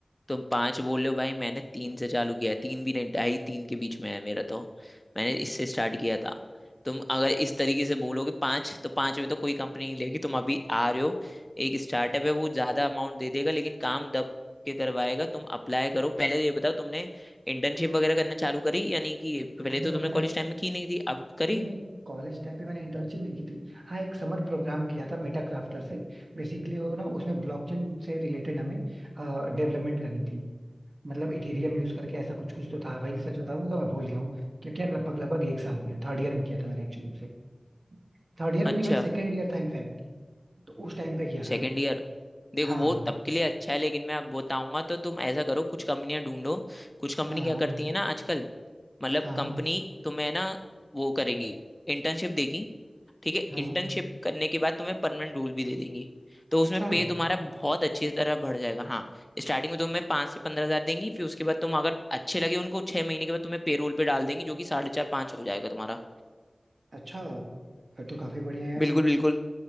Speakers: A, on the left; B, on the right.
A: तुम पांच बोल रहे हो भाई मैंने तीन से चालू किया है तीन भी नहीं ढाई तीन के बीच में है मेरा तो मैंने इससे स्टार्ट किया था तुम अगर इस तरीके से बोलोगे पांच तो पांच में तो कोई कंपनी नहीं लेगी तुम अभी आ रहे हो एक स्टार्टअप है वो ज्यादा अमाउंट दे देगा लेकिन काम दब के करवाएगा तुम अप्लाई करो पहले ये बताओ तुमने इंटर्नशिप वगैरह करना चालू करी या नहीं की पहले
B: अब देखो
A: तो तुमने
B: मैंने
A: कॉलेज टाइम में की नहीं थी अब करी
B: नहीं नहीं कॉलेज टाइम पे मैंने इंटर्नशिप नहीं की थी हाँ एक समर प्रोग्राम किया था मेटा क्राफ्टर से बेसिकली वो ना उसमें ब्लॉकचेन से रिलेटेड हमें डेवलपमेंट करनी थी मतलब इथेरियम यूज करके ऐसा कुछ कुछ तो था भाई सच बताऊं तो मैं भूल गया हूँ क्योंकि यार लगभग लगभग एक साल हो गया थर्ड ईयर में किया था मैंने एक्चुअली से थर्ड ईयर भी
A: अच्छा
B: नहीं भाई सेकेंड ईयर था इनफैक्ट तो उस टाइम पे किया
A: Second
B: था
A: year देखो
B: हाँ
A: वो तब के लिए अच्छा है लेकिन मैं अब बताऊंगा तो तुम ऐसा करो कुछ कंपनियां ढूंढो कुछ कंपनी
B: हाँ
A: क्या करती है ना आजकल मतलब
B: हाँ
A: कंपनी तुम्हें ना वो करेंगी इंटर्नशिप देगी ठीक है
B: हाँ
A: इंटर्नशिप करने के बाद तुम्हें परमानेंट रोल भी दे देंगी तो उसमें
B: अच्छा
A: पे तुम्हारा बहुत अच्छी तरह बढ़ जाएगा हाँ स्टार्टिंग में तुम्हें पाँच से पंद्रह हजार देंगी फिर उसके बाद तुम अगर अच्छे लगे उनको छह महीने के बाद तुम्हें पे रोल पे डाल देंगी जो कि साढ़े चार पाँच हो जाएगा तुम्हारा
B: अच्छा फिर तो काफी बढ़िया है यार
A: बिल्कुल बिल्कुल